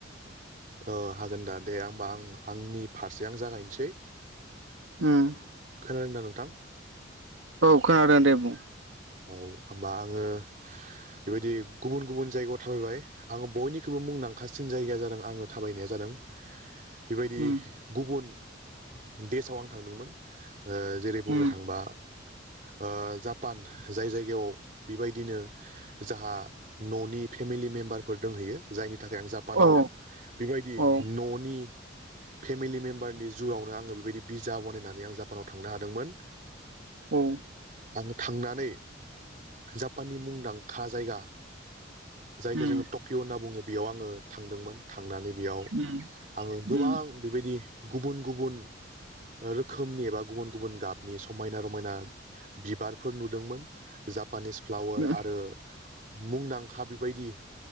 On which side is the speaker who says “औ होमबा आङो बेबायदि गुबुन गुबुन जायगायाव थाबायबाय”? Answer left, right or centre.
Right